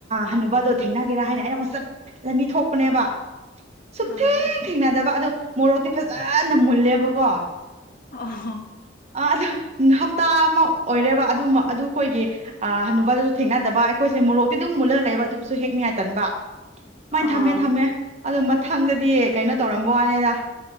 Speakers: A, on the right; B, on the left.
A: ꯍꯅꯨꯕꯗꯣ ꯊꯦꯡꯅꯒꯦꯔꯥ ꯍꯥꯏꯅ ꯑꯩꯅ ꯑꯃꯨꯛꯠ ꯂꯝꯕꯤ ꯊꯣꯛꯄꯅꯦꯕ ꯁꯨꯛꯊꯦꯡ
B: ꯑꯥ
A: ꯊꯦꯡꯅꯗꯕ ꯑꯗꯣ ꯃꯣꯔꯣꯛꯇꯤ ꯐꯖꯅ ꯃꯨꯜꯂꯦꯕꯀꯣ
B: ꯑꯣ
A: ꯑꯗ ꯍꯞ ꯑꯃ ꯑꯣꯏꯔꯦꯕ ꯑꯗꯨ ꯑꯗꯨ ꯑꯩꯈꯣꯏꯒꯤ ꯍꯅꯨꯄꯥꯗꯁꯨ ꯊꯦꯡꯅꯗꯕ ꯑꯩꯈꯣꯏꯁꯦ ꯃꯣꯔꯣꯛꯇꯤ ꯑꯗꯨꯝ ꯃꯨꯜꯂ ꯂꯩꯕ ꯑꯗꯨꯕꯨꯁꯨ ꯍꯦꯛꯅꯤꯉꯥꯏꯇꯟꯕ ꯑꯗꯨꯃꯥꯏꯅ
B: ꯑꯣ
A: ꯊꯝꯃꯦ ꯊꯝꯃꯦ ꯑꯗꯨꯗ ꯃꯊꯪꯗꯗꯤ ꯀꯩꯅꯣ ꯇꯧꯔꯝꯕ ꯋꯥꯅꯤꯗ